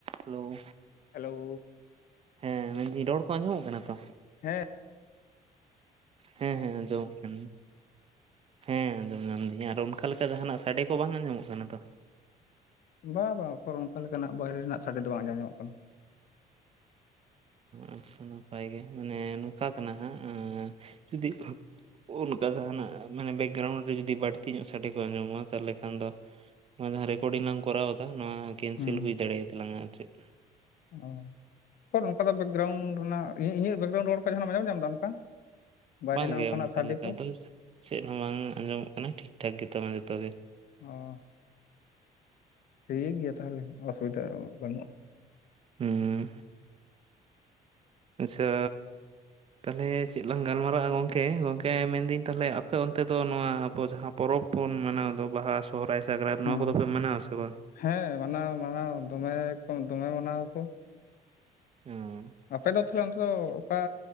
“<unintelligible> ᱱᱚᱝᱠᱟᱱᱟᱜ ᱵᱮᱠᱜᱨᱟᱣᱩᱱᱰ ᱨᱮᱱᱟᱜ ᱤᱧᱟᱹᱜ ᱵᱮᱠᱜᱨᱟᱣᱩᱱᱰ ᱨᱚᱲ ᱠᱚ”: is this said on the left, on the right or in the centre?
Left